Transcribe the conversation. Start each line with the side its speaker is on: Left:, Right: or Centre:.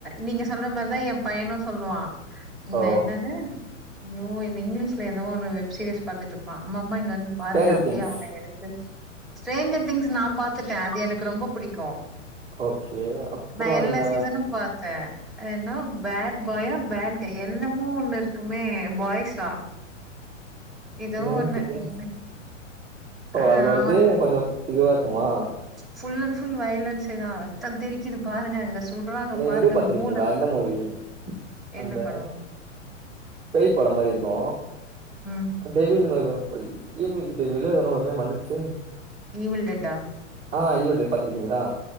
Centre: நீங்க சொல்ற மாரிதா எ பையனு சொல்லுவா இந்த
Right: ஓ
Centre: என்னது ஐயோ இந்த இங்கிலீஷ்ல ஏதோ ஒன்னு வெப் சீரிஸ் பாத்துட்ருப்பா மம்மா இங்க வந்து பாருங்க
Right: ஸ்ட்ரேஞ்சர்
Centre: அப்டியே
Right: திங்ஸ்
Centre: அவன எடுத் து ஸ்ட்ரேஞ்சர் திங்ஸ் நா பாத்துட்டே அது எனக்கு ரொம்ப புடிக்கு
Right: ஓகே அப்புறோ
Centre: நா எல்லா
Right: என்ன
Centre: சீசனு பாத்தே என்னோ பேட் பாயா பேட் க என்னமோ ஒன்னு இருக்குமே பாய்ஸா எதோ
Right: என்னன்னு
Centre: ஒன்னு
Right: தெர்ல
Centre: இங்க
Right: ஓ
Centre: அ
Right: அதுல வந்து
Centre: அவன் தான்
Right: கொஞ்ச இதுவா இருக்குமா
Centre: ஃபுல் அண்ட் ஃபுல் வயலன்ஸேதா ரத்த தெரிக்குது பாருங்க அங்க சுட்றாங்க
Right: நீங்க
Centre: பாருங்க
Right: இது பாத்திருக்கீங்களா
Centre: மூள
Right: இந்த
Centre: என்
Right: மூவி அந்த
Centre: என்ன பட
Right: பேய் பட மாரி இருக்கு
Centre: ம்
Right: டெவில்ங்க அது பொய் ஈவில் டெவில் எதனோ ஒரு நேம் வந்துச்சே
Centre: ஈவில் டெட்டா
Right: ஆ ஈவில் டெட் பாத்துருக்கீங்களா